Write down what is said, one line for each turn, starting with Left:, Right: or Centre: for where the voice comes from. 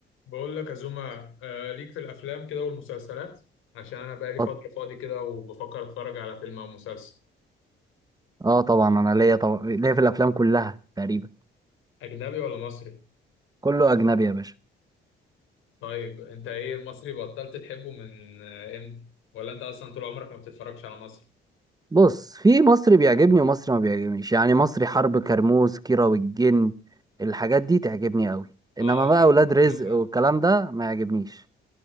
Left: بقول لك يا زوما آه، ليك في الافلام كده والمسلسلات عشان انا بقالي
Right: طب-
Left: فتره فاضي كده وبفكر اتفرج على فيلم او مسلسل
Right: اه طبعا انا ليا طبعا ليا في الافلام كلها تقريبا
Left: اجنبي ولا مصري
Right: كله اجنبي يا باشا
Left: طيب انت ايه المصري بطلت تحبه من آه، امتى ولا انت اصلا طول عمرك ما بتتفرجش على مصر
Right: بص في مصري بيعجبني ومصري ما بيعجبنيش يعني مصري حرب كرموز كيرة والجن الحاجات دي تعجبني قوي
Left: اه
Right: انما
Left: الحاجات
Right: بقى اولاد
Left: دي
Right: رزق
Left: حلوه فعلا
Right: والكلام ده ما يعجبنيش